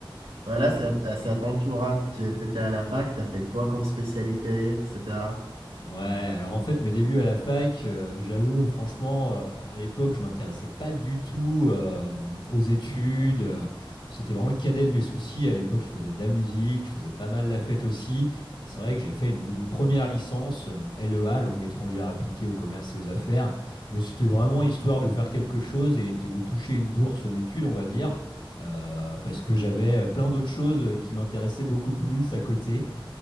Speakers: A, on the right (about 80°); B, on the left (about 65°).
A: Voilà, c'est à, c'est à ton tour. hein. Tu étais à la fac, tu as fait quoi comme spécialité, etc.
B: Ouais, alors en fait, mes débuts à la fac, euh, j'avoue, franchement, euh, à l'époque, je m'intéressais pas du tout euh, aux études. euh, c'était vraiment le cadet de mes soucis. À l'époque, je faisais de la musique, je faisais pas mal la fête aussi. Et c'est vrai que j'ai fait une, une première licence, euh, LEA, langue étrangère appliquée au commerce et aux affaires. Mais c'était vraiment histoire de faire quelque chose et, et de toucher une bourse d'études, on va dire, euh, parce que j'avais euh, plein d'autres choses euh, qui m'intéressaient beaucoup plus à côté.